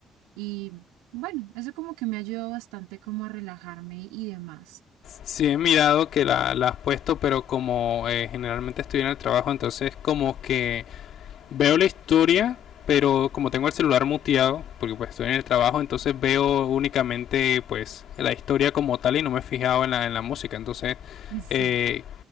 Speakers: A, on the right (about 75°); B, on the left (about 60°).
A: y bueno, eso como que me ha ayudado bastante como a relajarme y demás.
B: Sí, he mirado que la, la has puesto, pero como eh, generalmente estoy en el trabajo, entonces como que veo la historia, pero como tengo el celular muteado, porque pues estoy en el trabajo, entonces veo únicamente pues la historia como tal y no me he fijado en la, en la música. Entonces
A: <laughs> Sí.
B: eh,